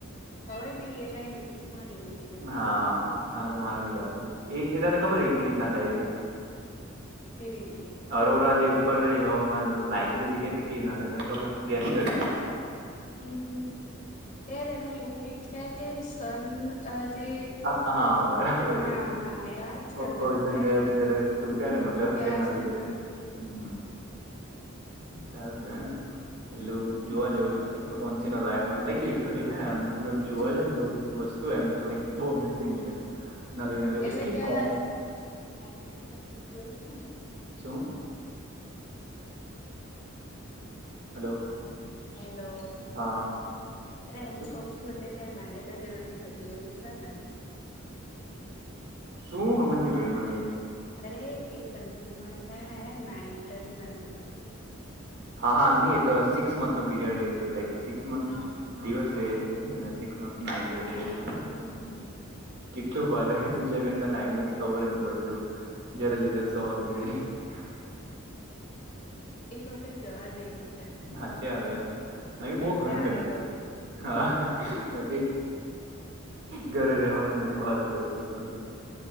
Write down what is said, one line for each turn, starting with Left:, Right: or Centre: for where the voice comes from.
Left: હવે નહી એ મેં રીલ્સમાં જોયું હતું
Right: હા તા મારે ભી જાાવ છો એ એ તમને ખબર હો કે રીતના થાય તે
Left: કેવી રીતે
Right: અરોરા જેવ ઉપર રહી લાઈટ જે દેખાય કે ના થાય તને ખબર ગેસ કરી
Left: હમ ત્યારે એનું એવું કઈ છે કે સન જે
Right: હા હા, બરાબર
Left: હા
Right: એ જ
Left: હા
Right: છે
Left: યાદ છે મને
Right: ઓઝન
Left: મેં
Right: લેયર
Left: જોય
Right: જયારે
Left: તું
Right: તૂટે ને મતલબ
Left: ક્યાં
Right: તેના
Left: છે
Right: લીધે
Left: હા
Right: હમ
Left: <inaudible>
Right: ચાલ છે હે એટલું જોવા જવું છે <unintelligible> તું એમ જોવા
Left: હમ
Right: જઈ ને બધી વસ્તુ એમ તો બો અમેઝિંગ છે નલી નલી
Left: એટલે
Right: એટલી
Left: ત્યાર
Right: કોમ્પ
Left: એવું છે ને
Right: શું હલો
Left: હેલો
Right: હા
Left: અરે એમ
Right: શું
Left: કઉ છું એટલે ક માન જ નથી થતી એવું છે ને
Right: શું સમજ ન બેડી મને કઈ
Left: અરે એ કન્ટ્રીમાં છે ને નાઈટ જ નથી કરતી
Right: હા હા નહી એ તો સિક્સ મંથ નો પીરિયડ રહે છે લક સિક્સ મંથ
Left: હા
Right: દિવસ રહે હેક્સ મથ નાટ ર
Left: હમ હમ
Right: શું ભારે વિચાર ગણી ટાઈમ ન ખબર જ ન પડેવું જયારે જોય ત્યારે સવાર ઉ ર
Left: એક વખત જવા દવું
Right: સાચ આવે નવી બહ
Left: પૈસે
Right: ઘણી
Left: આને
Right: કર
Left: દો
Right: હા મે ઘરે રવાનાજ નથી બહાર જ ફરવા જવાનું છે